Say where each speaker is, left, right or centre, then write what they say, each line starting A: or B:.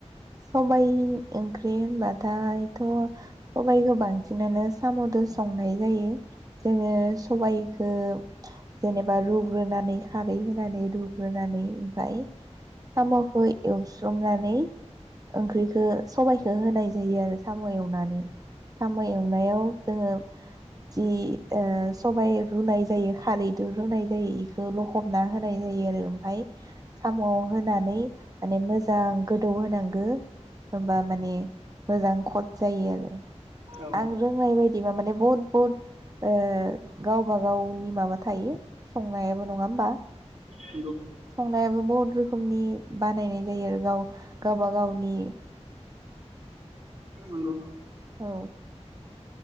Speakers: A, on the right; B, on the right.
A: सबाय ओंख्रि होनबाथा थाय थ' सबाइखौ बांसिनानो साम'दो संनाय जायो। जोङो सबाइखो जेनेबा रुग्रोनानै खारै होनानै रुग्रोनानै ओमफ्राय साम'खौ एवस्रोमनानै ओंख्रिखो सबाइखो होनाय जायो आरो साम' एवनानै साम' एवनायाव जोङो जि सबाइ रुनाय जायो खारैदो रुनाय जायो बेखौ लखबना होनाय जायो आरो ओमफ्राय साम'आव होना होननानै माने मोजां गोदौ होनांगो। होनबा माने मोजां कथ जायो आरो
B: औ
A: आं रोंनाय बायदिबा माने बहुद बहुद ओ गावबा गावनि माबा थायो संनायाबो नङा होमबा।
B: नंगौ।
A: संनायाबो बहुद रोखनि बानायनाय जायो आरो गाव गाबा गाव। नि
B: नंगौ
A: औ।